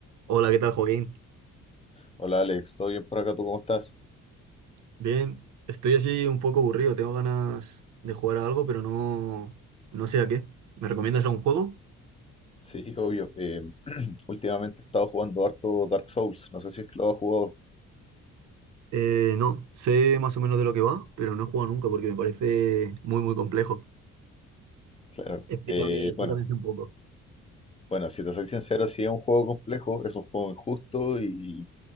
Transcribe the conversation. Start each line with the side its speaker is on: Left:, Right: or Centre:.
Right: Hola, ¿qué tal, Joaquín?
Left: Hola Alex, ¿todo bien por acá? ¿Tú cómo estás?
Right: Bien, estoy así un poco aburrido, tengo ganas de jugar a algo, pero no, no sé a qué. ¿Me recomiendas algún juego?
Left: Sí, obvio. eh, <clears throat> últimamente he estado jugando harto Dark Souls. No sé si es que lo has jugado.
Right: Eh, no, sé más o menos de lo que va, pero no he jugado nunca porque me parece muy, muy complejo.
Left: Claro.
Right: Explícame,
Left: Eh,
Right: explícame
Left: bueno,
Right: así un poco.
Left: bueno, si te soy sincero, sí es un juego complejo, es un juego injusto y